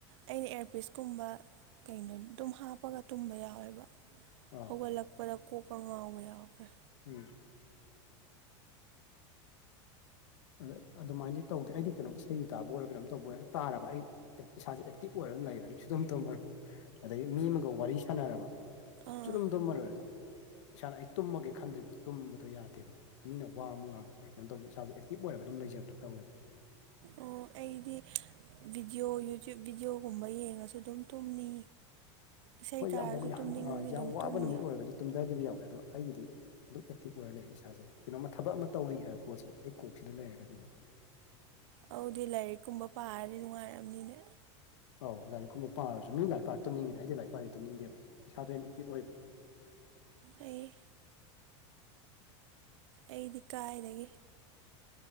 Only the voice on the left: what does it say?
ꯑꯥ
ꯎꯝ ꯑꯗ ꯑꯗꯨꯃꯥꯏꯅꯗꯤ ꯇꯧꯗꯦ ꯑꯩꯗꯤ ꯀꯩꯅꯣꯝ ꯏꯁꯩꯒꯤ ꯇꯥꯕ ꯑꯣꯏꯔ ꯀꯩꯅꯣꯝ ꯇꯧꯕ ꯇꯥꯔꯕ ꯑꯩ ꯏꯁꯥꯁꯦ ꯑꯦꯛꯇꯤꯚ ꯑꯣꯏꯔꯒ ꯂꯩꯔꯅꯤ ꯁꯨꯗꯝ ꯇꯣꯝꯃꯥꯔꫭꯏ ꯑꯗꯒꯤ ꯃꯤ ꯑꯃꯒꯥ ꯋꯥꯔꯤ ꯁꯥꯟꯅꯔꯕ
ꯆꯂꯝ ꯇꯝꯃꯔꯣꯏꯗ ꯏꯁꯥꯅ ꯑꯩ ꯇꯨꯝꯃꯒꯦ ꯈꯟꯗ꯭ꯔꯤꯕꯣ ꯇꯨꯝꯕꯗꯣ ꯌꯥꯗꯦꯕ ꯃꯤꯅ ꯋꯥ ꯑꯃ ꯉꯥꯡꯗꯅ ꯀꯩꯅꯣ ꯇꯧꯁꯦ ꯏꯁꯥꯁꯦ ꯇꯤꯞ ꯑꯣꯏꯔꯒ ꯑꯗꯨꯝ ꯂꯩꯖꯕꯗ ꯇꯧꯋꯦ
ꯍꯣꯏ
ꯌꯥꯝ
ꯌꯥꯝ
ꯋꯥꯕ
ꯅꯨꯃꯤꯠ ꯑꯣꯏꯔꯒꯗꯤ ꯇꯨꯝꯊꯈꯤꯕ ꯌꯥꯎꯋꯦ ꯑꯗꯣ ꯑꯩꯒꯤꯗꯤ ꯑꯗꯨꯝ ꯑꯦꯛꯇꯤꯞ ꯑꯣꯏꯔ ꯂꯩ ꯏꯁꯥꯁꯦ ꯀꯩꯅꯣꯃ ꯊꯕꯛ ꯑꯃ ꯇꯧꯔꯤ ꯍꯥꯏꯕ ꯄꯣꯠꯁꯦ ꯑꯩ ꯀꯣꯛꯁꯤꯗ ꯂꯩꯔꯒꯗꯤꯅꯦ
ꯑ ꯂꯥꯏꯔꯤꯛ ꯀꯨꯝꯕ ꯄꯥꯔꯁꯨ ꯃꯤ ꯂꯥꯏꯔꯤꯛ ꯄꯥꯔ ꯇꯅꯤꯡꯉꯦꯅ ꯑꯩꯗꯤ ꯂꯥꯏꯔꯤꯛ ꯄꯥꯔꯗꯤ ꯇꯅꯤꯡꯗꯦꯕ ꯏꯁꯥꯗꯣ ꯍꯦ ꯑꯦꯛꯇꯤꯞ ꯑꯣꯏꯕ